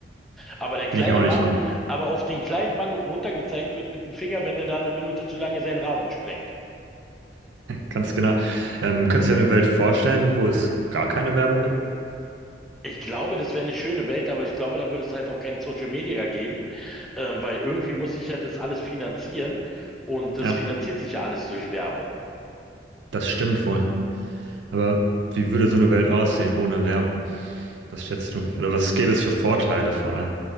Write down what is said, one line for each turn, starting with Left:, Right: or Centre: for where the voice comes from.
Centre: Aber der kleine
Right: Finde ich auch
Centre: Mann,
Right: nicht gut.
Centre: aber auf den kleinen Mann runtergezeigt wird mit dem Finger, wenn der da eine Minute zu lange seinen Rasen sprengt.
Right: Ganz genau. Ähm, könntest du dir eine Welt vorstellen, wo es gar keine Werbung gibt?
Centre: Ich glaube, das wäre eine schöne Welt, aber ich glaube, da würde es halt auch kein Social Media geben, äh, weil irgendwie muss sich ja das alles finanzieren und das
Right: Ja,
Centre: finanziert sich ja alles durch Werbung.
Right: das stimmt wohl. Aber wie würde so eine Welt aussehen ohne Werbung? Was schätzt du? Oder was gäbe es für Vorteile vor allem?